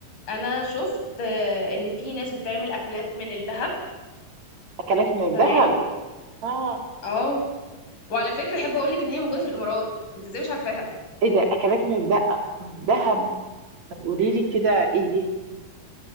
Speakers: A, on the left; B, on the right.
A: انا شفت آه، ان في ناس بتعمل اكلات من الذهب
B: اكلات من الذهب
A: تمام
B: اه
A: اه وعلى فكرة احب اقول لك ان هي موجودة في الامارات انت ازاي مش عارفاها
B: ايه ده اكلات من الذهب من الذهب طب قولي لي كده ايه دي؟